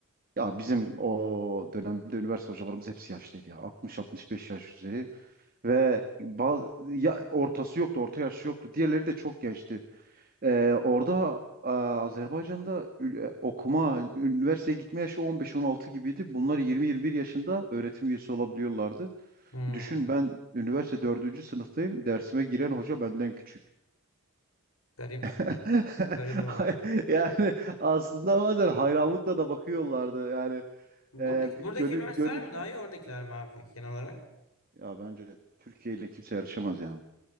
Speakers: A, on the right; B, on the left.
A: Ya bizim o dönemde üniversite hocalarımız hepsi yaşlıydı ya 60-65 yaş üzeri ve bazı ya ortası yoktu, orta yaşı yoktu. Diğerleri de çok gençti. Ee, orada e, Azerbaycan'da ül- okuma, üniversiteye gitme yaşı 15-16 gibiydi. Bunlar 20-21 yaşında öğretim üyesi olabiliyorlardı.
B: Hmm.
A: Düşün ben üniversite dördüncü sınıftayım. Dersime giren hoca benden küçük.
B: Garip.
A: <laughs>
B: Garip abi.
A: Yani aslında bazen hayranlıkla da bakıyorlardı. Yani
B: Buradaki,
A: e, bir
B: buradaki
A: gönül,
B: üniversiteler
A: gönül...
B: mi daha iyi oradakiler mi abi peki genel olarak?
A: Ya bence Türkiye ile kimse yarışamaz ya.